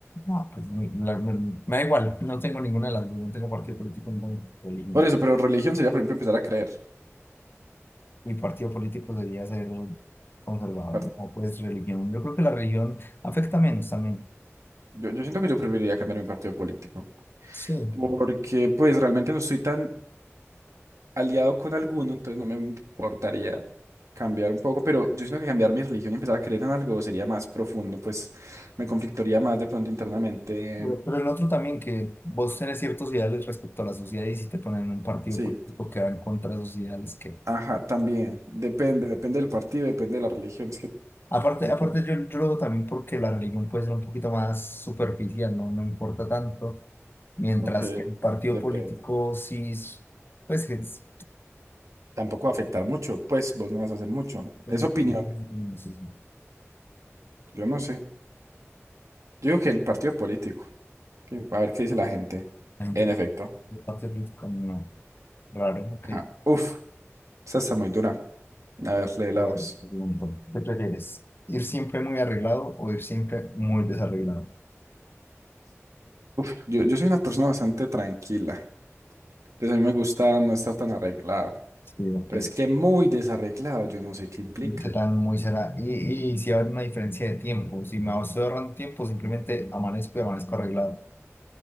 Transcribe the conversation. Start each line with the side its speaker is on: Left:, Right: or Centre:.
Left: no, pues no, la- me, me da igual, no tengo ninguna de las dos, no tengo partido político, no tengo religión.
Right: Por eso, pero religión sería, por ejemplo, empezar a creer.
Left: Mi partido político sería ser conservador,
Right: Par-
Left: o pues religión. Yo creo que la religión afecta menos también.
Right: Yo, yo siento que yo preferiría cambiar mi partido político,
Left: Sí.
Right: porque pues realmente no estoy tan aliado con alguno, entonces no me importaría cambiar un poco, pero yo siento que cambiar mi religión y empezar a creer en algo sería más profundo, pues me conflictaría más de pronto internamente.
Left: Pero pero el otro también, que vos tenés ciertos ideales respecto a la sociedad y si te ponen en un partido
Right: Sí.
Left: político que va en contra de esos ideales que...
Right: Ajá, también. Depende, depende del partido, depende de la religión. Es que
Left: Aparte,
Right: Depende.
Left: aparte yo, yo lo veo también porque la religión puede ser un poquito más superficial, no me importa tanto, mientras
Right: Ok,
Left: que el partido
Right: depende.
Left: político sí, es- pues es...
Right: Tampoco va a afectar mucho, pues vos no vas a hacer mucho.
Left: pues,
Right: Es opinión,
Left: no, no sé si
Right: yo no sé. Yo digo que el partido político. que- A ver qué dice la gente.
Left: La gente
Right: En efecto.
Left: del partido político no, raro, ok.
Right: Ajá. Uf, esa está muy dura. A ver, lee la
Left: Ah,
Right: voz.
Left: te pregunto, ¿qué prefieres? ¿Ir siempre muy arreglado o ir siempre muy desarreglado?
Right: Uf, yo, yo soy una persona bastante tranquila. Entonces a mí me gusta no estar tan arreglado.
Left: Sí, ok.
Right: Pero es que muy desarreglado, yo no sé qué implica.
Left: Yo también muy será. Y, y si habrá una diferencia de tiempo, si me ahorran tiempo, simplemente amanezco y amanezco arreglado.